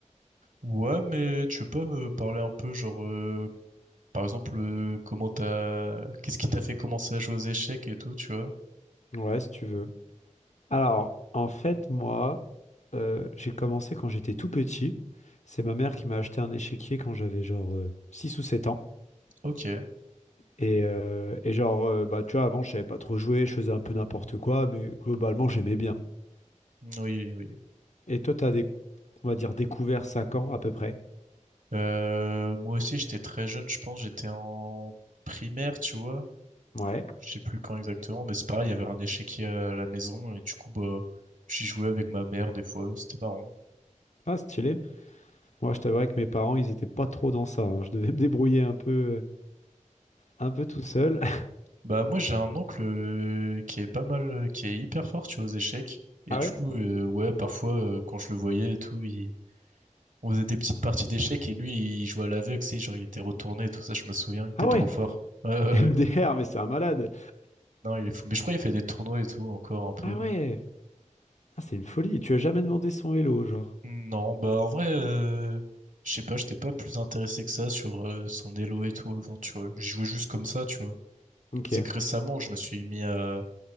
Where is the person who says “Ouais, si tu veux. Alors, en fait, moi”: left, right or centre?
Left